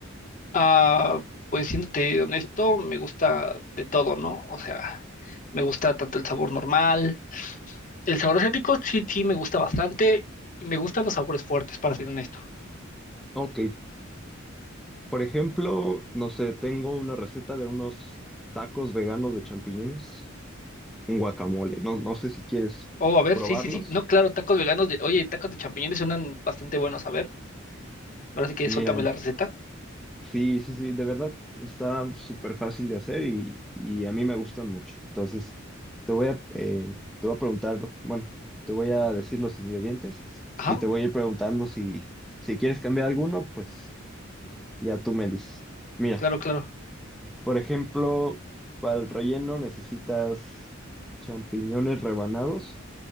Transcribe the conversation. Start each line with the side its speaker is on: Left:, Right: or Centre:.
Left: Ah, pues siéndote honesto, me gusta de todo, ¿no? O sea, me gusta tanto el sabor normal. El sabor asiático sí, sí, me gusta bastante. Me gustan los sabores fuertes, para ser honesto.
Centre: Ok. Por ejemplo, no sé, tengo una receta de unos tacos veganos de champiñones, un guacamole. No, no sé si quieres
Left: Oh, a ver,
Centre: probarlos.
Left: sí, sí, sí. No, claro, tacos veganos de. Oye, tacos de champiñones suenan bastante buenos. A ver, ahora sí que
Centre: Mira,
Left: suéltame la receta.
Centre: sí, sí, sí, de verdad está súper fácil de hacer y, y a mí me gustan mucho. Entonces, te voy a, eh, te voy a preguntar, bueno, te voy a decir los ingredientes
Left: Ajá,
Centre: y te voy a ir preguntando si, si quieres cambiar alguno, pues ya tú me dices. Mira,
Left: claro, claro.
Centre: Por ejemplo, para el relleno necesitas champiñones rebanados.